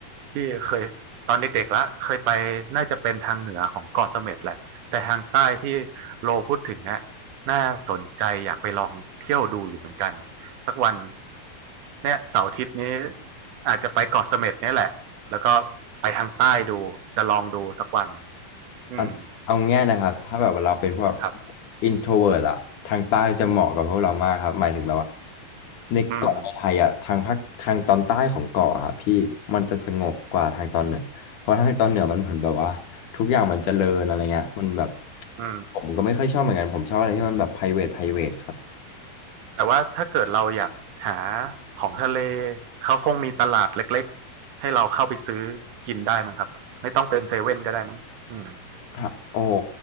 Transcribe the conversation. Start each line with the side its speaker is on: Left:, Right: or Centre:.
Right: ที่เคยตอนเด็กๆละเคยไปน่าจะเป็นทางเหนือของเกาะเสม็ดแหละแต่ทางใต้ที่โลพูดถึงเนี่ยน่าสนใจอยากไปลองเที่ยวดูอยู่เหมือนกันสักวัน เนี่ยเสาร์อาทิตย์นี้อาจจะไปเกาะเสม็ดเนี่ยแหละ แล้วก็ไปทางใต้ดูจะลองดูสักวันอืม
Left: เอาเอาง่ายนะครับถ้าแบบว่าเราเป็นพวก
Right: ครับ
Left: introvert อะทางใต้จะเหมาะกับพวกเรามากครับหมายถึงแบบว่าในเกาะในไทยอะทางภาคทางตอนใต้ของเกาะอะครับพี่มันจะสงบกว่าทางตอนเหนือเพราะทางตอนเหนือมันเหมือนแบบว่าทุกอย่างมันเจริญอะไรเงี้ยมันแบบ
Right: อืมอืม
Left: ผมก็ไม่ค่อยชอบเหมือนกันผมชอบอะไรที่มันแบบ private private ครับ
Right: แต่ว่าถ้าเกิดเราอยากหาของทะเลเขาคงมีตลาดเล็กๆให้เราเข้าไปซื้อกินได้มั้งครับไม่ต้องเป็นเซเว่นก็ได้มั้งอืม
Left: ถ้าโอ้โห